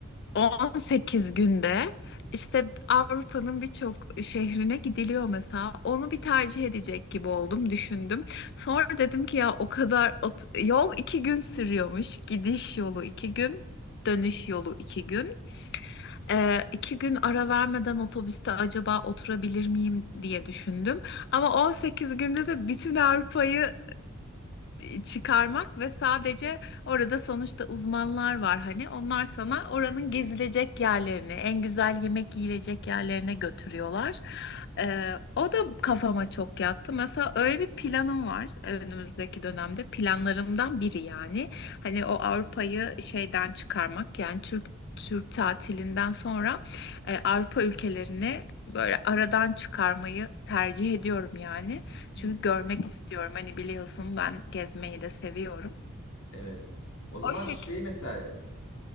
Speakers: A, on the left; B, on the left.
A: 18 günde işte Avrupa'nın birçok şehrine gidiliyor mesela. Onu bir tercih edecek gibi oldum, düşündüm. Sonra dedim ki ya o kadar ot- yol iki gün sürüyormuş. Gidiş yolu iki gün, dönüş yolu iki gün. Ee, iki gün ara vermeden otobüste acaba oturabilir miyim diye düşündüm. Ama 18 günde de bütün Avrupa'yı e, çıkarmak ve sadece orada sonuçta uzmanlar var hani onlar sana oranın gezilecek yerlerini en güzel yemek yiyilecek yerlerine götürüyorlar. Ee, o da kafama çok yattı. Mesela öyle bir planım var önümüzdeki dönemde planlarımdan biri yani. Hani o Avrupa'yı şeyden çıkarmak yani Türk Türk tatilinden sonra e, Avrupa ülkelerini böyle aradan çıkarmayı tercih ediyorum yani.
B: Hı,
A: Çünkü görmek istiyorum. Hani biliyorsun ben gezmeyi de seviyorum.
B: Evet. O zaman
A: O şekilde.
B: şey mesela